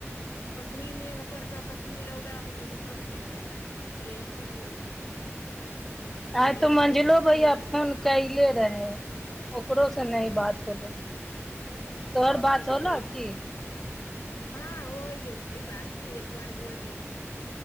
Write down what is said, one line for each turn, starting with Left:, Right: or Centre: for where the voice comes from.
Left: कखनी मेघ पड़तऽ कखनी रौदा हेतऽ की पता यही सभ होइ छै इहे
Centre: आइ तो
Left: आर
Centre: मझलो
Left: सब चक्कर
Centre: भैया
Left: मे लगल
Centre: फोन
Left: रहे
Centre: कले
Left: छियै
Centre: रहे ओकरो से नहि
Left: हूँ
Centre: बात होले तोर बात
Left: हँ
Centre: होलो की
Left: हँ हो गेल छै बात एक बार हो गेल छै